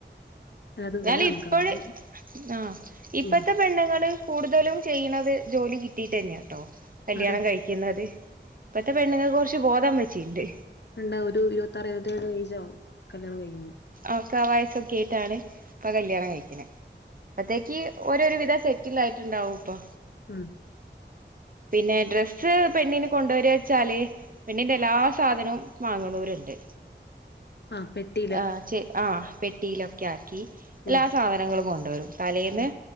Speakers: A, on the left; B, on the right.
A: അല്ല അത്
B: എന്നാലിപ്പഴ്
A: വേണം കാരണം
B: ആഹ് ഇപ്പത്തെ
A: ഉം
B: പെണ്ണങ്ങള് കൂടുതലും ചെയ്യ്ണത് ജോലി കിട്ടീട്ട് തന്നെയാട്ടോ കല്യാണം
A: അതെ
B: കഴി ക്ക്ന്നത് ഇപ്പത്തെ പെണ്ണുങ്ങക്ക് കുറച്ച് ബോധം വെച്ചിണ്ട്.
A: ഇണ്ട് ഒരു ഇരുപത്തിാറു ഇരുപത്തേഴ് ഏജ് ആവും കല്യാണം കഴിയുമ്പോ
B: ഒക്കാ വയസ്സൊക്കെട്ടാണ് ഇപ്പൊ കല്യാണം കഴിക്ക്ണ് അപ്പത്തേക്ക് ഓരോരു വിധം സെറ്റിൽ ആയിട്ട്ണ്ടാവും. ഇപ്പൊ
A: ഉം
B: പിന്നെ ഡ്രസ്സ് പെണ്ണിന് കൊണ്ടുവരാച്ചാല്. പെണ്ണിന്റെ എല്ലാ സാധനവും വാങ്ങുന്നൂരുണ്ട്.
A: ആഹ് പെട്ടി
B: ആഹ് ചെ ആഹ് പെട്ടിയിലൊക്കെ ആക്കി എല്ലാ
A: ഉം
B: സാധനങ്ങളും കൊണ്ടെരും തലേന്ന്
A: ഉം